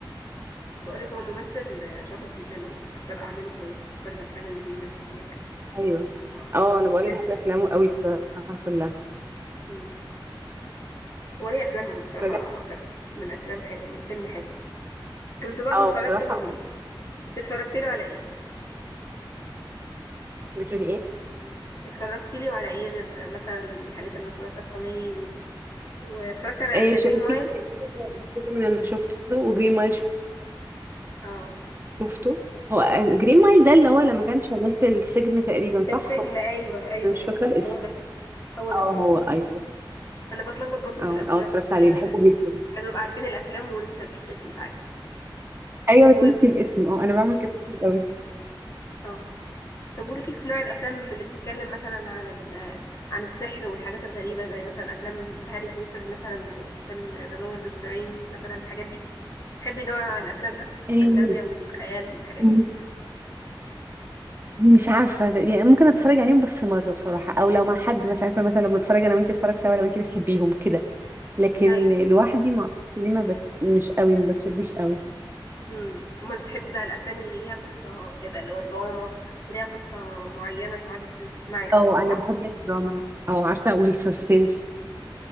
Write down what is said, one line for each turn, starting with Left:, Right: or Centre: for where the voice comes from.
Left: بقولك هو ممثل شاطر جدا وبختار أعماله كويس وبختار الأفلام اللي بيمثل فيها وكده
Right: ايوه
Left: آه،
Right: اه انا بقولك
Left: تسلم
Right: بحب افلامه قوي بصراحه كلها
Left: مم. هو ليه أفلام بصراحة
Right: رجعت
Left: أكتر من أفلام حل... من فيلم حلو كنت برضو
Right: اه
Left: اتفرجت
Right: بصراحه
Left: من
Right: اه
Left: اتفرجت له على ايه
Right: بتقولي ايه
Left: اتفرجت له على ايه غير مثلا الحاجات المشهورة كاستاوي واتفرجت على
Right: ايه
Left: ذا
Right: شايفين
Left: جرين مايل
Right: الفيلم اللي شفته وجرين مايل
Left: اه
Right: شفته
Left: شفته.
Right: هو
Left: مم.
Right: جرين مايل ده اللي هو لما كان شغال في السجن تقريبا صح
Left: في السجن
Right: هو
Left: ايوه ايوه
Right: انا مش
Left: ايوه
Right: فاكره الاسم
Left: هو ده هو
Right: اه
Left: ده اه
Right: هو ايوه
Left: انا بتلخبط برضو
Right: اه
Left: في الاسماء
Right: اه اتفرجت
Left: بس
Right: عليه
Left: آه،
Right: بحبه جدا
Left: احنا بنبقى عارفين الافلام وننسى الاسم ساعات و
Right: ايوه تنسي الاسم اه انا بعمل كده كتير قوي
Left: اه طب وليكي في نوع الافلام اللي بتتكلم مثلا عن ال... آه، عن السحر والحاجات الغريبه زي مثلا افلام هاري بوتر مثلا وفيلم ذا لورد اوف ذا رينجز مثلا الحاجات دي تحبي نوع الافلام ده
Right: إيه،
Left: الفانتازيا والخيال والحاجات
Right: م-
Left: دي
Right: مش عارفه ب- يعني ممكن اتفرج عليهم بس مره بصراحه او لو مع حد مثلا عارفه مثلا لو بنتفرج انا وانتي اتفرج سوا لو انتي بتحبيهم كده لكن
Left: ايوه
Right: لوحدي ما اعرفش ليه ما بت... مش قوي ما بتشدش قوي
Left: امم امال بتحبي بقى الافلام اللي ليها قصه كده اللي هو دراما وليها قصه معينه تقعدي تسمعي القصه
Right: اه انا
Left: صح
Right: بحب الدراما اه عارفه والسسبنس
Left: مم.